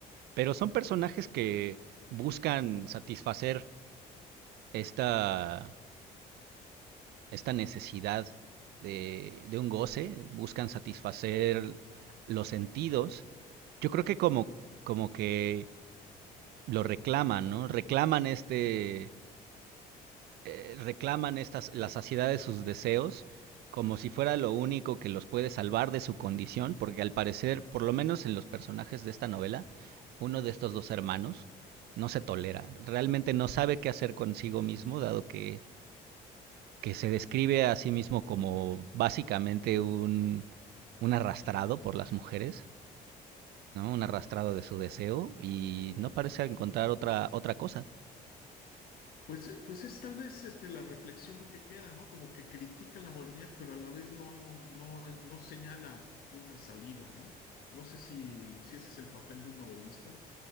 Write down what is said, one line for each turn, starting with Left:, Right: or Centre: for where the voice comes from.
Right: Pero son personajes que buscan satisfacer esta esta necesidad de, de un goce, buscan satisfacer los sentidos. Yo creo que como, como que lo reclaman, ¿no? Reclaman este, eh, reclaman estas, la saciedad de sus deseos como si fuera lo único que los puede salvar de su condición, porque al parecer, por lo menos en los personajes de esta novela, uno de estos dos hermanos no se tolera, realmente no sabe qué hacer consigo mismo, dado que que se describe a sí mismo como básicamente un, un arrastrado por las mujeres, ¿no? Un arrastrado de su deseo y no parece encontrar otra, otra cosa.
Left: Pues, eh, pues es tal vez este, la reflexión que queda, ¿no? Como que critica la modernidad, pero a la vez no, no, no señala una salida, ¿no? No sé si, si ese es el papel de un novelista,